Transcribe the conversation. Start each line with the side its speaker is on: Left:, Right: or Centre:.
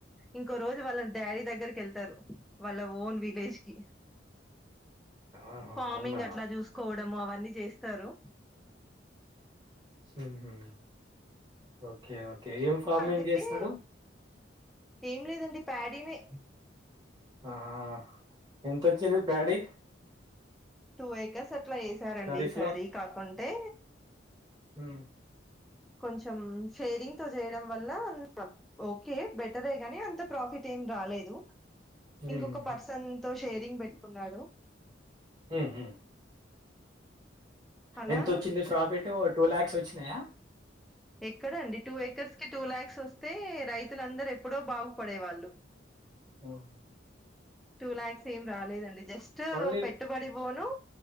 Centre: ఇంకో రోజు వాళ్ళ డాడీ దగ్గరకి వెళ్తారు వాళ్ళ ఓన్ విలేజ్ కి
Right: ఆహా
Centre: ఫార్మింగ్
Right: అవునా
Centre: అట్లా చూసుకోవడము అవన్నీ చేస్తారు
Right: మ్మ్. ఓకే ఓకే ఏం ఫార్మింగ్
Centre: అందుకే
Right: చేస్తాడు
Centre: ఏం లేదండి ప్యాడినే
Right: ఆహా ఎంతొచ్చింది ప్యాడీ
Centre: టూ ఎకరాస్ అట్లా యేసారండి
Right: ఖరీఫ్
Centre: ఈసారి కాకుంటే
Right: ఉ
Centre: కొంచెం షేరింగ్ తో చేయడం వల్ల ఓకే బెటరే గానీ అంత ప్రాఫిట్ ఏం రాలేదు
Right: ఉమ్,
Centre: ఇంకొక
Right: ఉమ్,
Centre: పర్సన్ తో షేరింగ్ పెట్ ఉన్నాడు
Right: ఉహు
Centre: అలా
Right: ఎంతొచ్చింది ప్రాఫిట్ఓ టూ ల్యాక్స్ వచ్చి నాయ
Centre: ఎక్కడ అండి టూ ఏకర్స్ కి టూ లాక్స్ అంత వస్తే రైతులందరూ ఎప్పుడో బాగుపడే వాళ్ళు
Right: ఓహ్
Centre: టూ ల్యాక్స్ ఏం రాలేదండి జస్ట్
Right: ఓన్లీ
Centre: పెట్టుబడి పోని